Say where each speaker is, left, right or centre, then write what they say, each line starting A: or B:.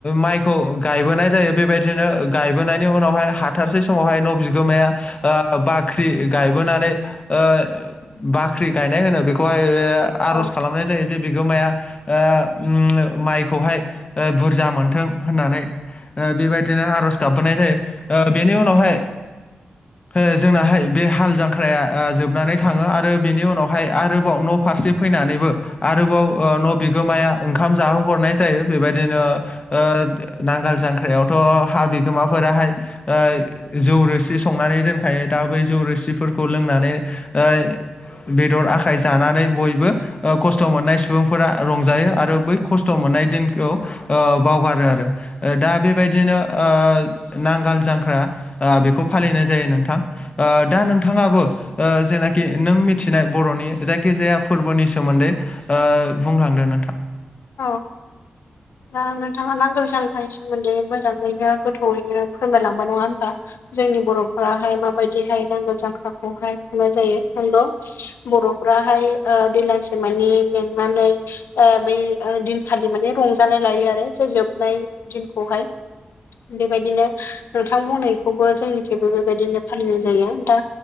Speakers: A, on the left; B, on the left.
A: माइखौ गायबोनाय जायो बेबायदिनो गायबोनायनि उनावहाय हाथारसै समावहाय न' बिग गोमाया ओ बाख्रि गायबोनानै ओ बाख्रि गायनाय होनो बेखौहाय ओ आर'ज
B: औ
A: खालामनाय जायो जे बिगोमाया ओ उ माइखौहाय ओ बुरजा मोनथों होननानै ओ बेबायदिनो आर'ज गाबबोनाय जायो ओ बेनि उनावहाय ओ जोंनाहाय बे हाल जांख्राया ओ जोबनानै थाङो आरो बेनि उनावहाय आरोबाव न' फारसे फैनानैबो आरोबाव ओ न' बिगोमाया ओंखाम जाहोहरनाय जायो बेबायदिनो ओ नांगाल जांख्रायावथ' हा बिगोमाफोराहाय ओ जौ रोस दि संनानै दोनखायो दा बै जौ रोसिफोरखौ लोंनानै ओ बेदर आखाइ जानानै बयबो ओ खस्थ' मोननाय सुबुंफोरा रंजायो आरो बै खस्थ' मोननाय दिनखौ ओ बावगारो आरो ओ दा बेबायदिनो ओ नांगाल जांख्रा बेखौ फालिनाय जायो नोंथां ओ दा नोंथाङाबो ओ जेनाखि नों मिथिनाय बर'नि जायखिजाया फोरबोनि सोमोन्दै ओ बुंलांदो नोंथां
B: औ दा नोंथाङा नांगोल जांख्रानि सोमोन्दै मोजाङैनो गोथौयैनो फोरमायलांबाय नङा होमबा जोंनि बर'फोराहाय माबायदिहाय नांगोल जांख्राखौहाय खुंनाय जायो नंगौ बर'फ्राहाय ओ दैलांसे मानि मेंनानै ओ बै ओ दिनखालि माने रंजानाय लायो आरो जे जोबनाय दिनखौहाय बेबायदिनो नोंथां बुंनाय खौबो जोंनिथिंबो बेबायदिनो फालिनाय जायो दा